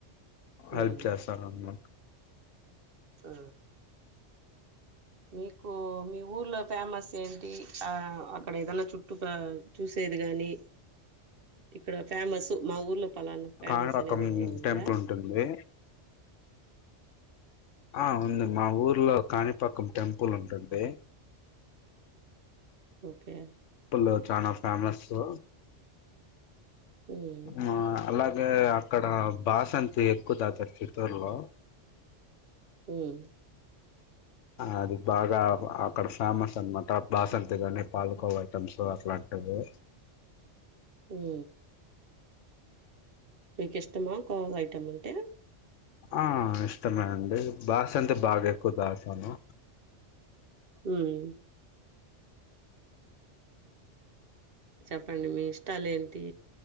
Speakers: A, on the left; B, on the right.
A: హెల్ప్
B: ఉమ్
A: చేస్తారు అన్నమాట
B: ఆ మీకు మీ ఊర్లో ఫేమస్ ఏంటి ఆ అక్కడ ఏదన్న చుట్టూ ప చూసేది గాని ఇక్కడ ఫేమస్ మా ఊర్లో పలానా ఫేమస్
A: కానీ పకం
B: అనేది ఏమన్నా ఉందా
A: టెంపుల్ ఉంటుంది ఆ ఉంది మా ఊరు లో కాణిపాకం టెంపుల్ ఉంటుంది
B: ఓకే
A: ల్లో చాన ఫేమాస్సు
B: ఉమ్
A: మా అలా వే అక్కడ బాసంతి ఎక్కువ <unintelligible> చిత్తూరులో
B: ఉమ్
A: అది బాగా అక్కడ ఫేమస్ అన్న మాట బాసంతి కానీ పాలకోవ ఐటమ్స్ అట్లాంటివి
B: హ్ మీకు ఇష్టమా కోవా ఐటమ్ అంటే
A: ఆ ఇష్టమే అండీ బాసంతి బాగ ఎక్కువ తగుతాను.
B: ఉమ్ చెప్పండి. మీ ఇష్టాలు ఏంటి